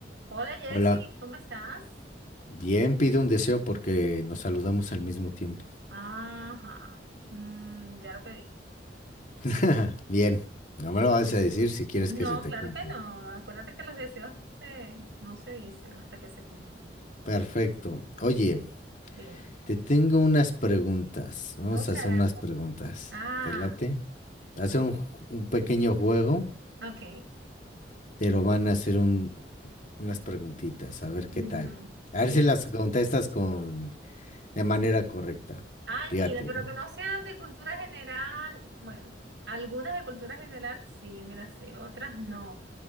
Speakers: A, on the right; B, on the left.
A: Hola Jessy,
B: Hola,
A: ¿cómo estás?
B: bien, pido un deseo porque nos saludamos al mismo tiempo.
A: Ajá, mm, ya lo pedí.
B: <laughs> Bien, no me lo vas a decir si quieres
A: No,
B: que se te
A: claro
B: cumpla.
A: que no. Acuérdate que los deseos no se, no se dicen hasta que se cumplan.
B: Perfecto. Oye,
A: Dime.
B: te tengo unas preguntas. Vamos
A: Oh, caramba.
B: a hacer unas preguntas.
A: Ah,
B: ¿Te late? Va a ser
A: ok.
B: un, ju- un pequeño juego,
A: Ok.
B: pero van a hacer un- unas preguntitas, a ver
A: ujú,
B: qué tal. A ver
A: Sí.
B: si las contestas con, de manera correcta.
A: Ay,
B: Fíjate,
A: mira, pero
B: ¿eh?
A: que no sean de cultura general. Bueno, algunas de cultura general sí me las sé, otras no.